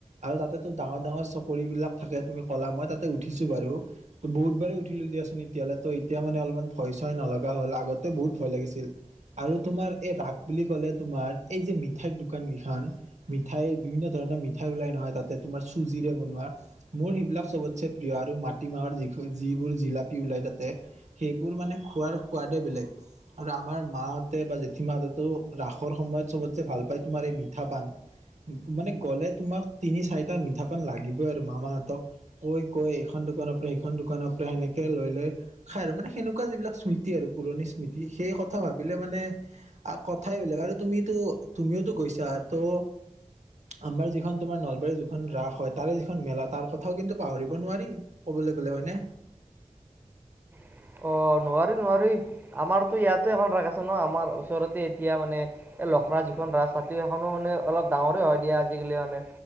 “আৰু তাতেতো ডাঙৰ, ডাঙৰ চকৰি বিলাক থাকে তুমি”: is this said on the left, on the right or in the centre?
Right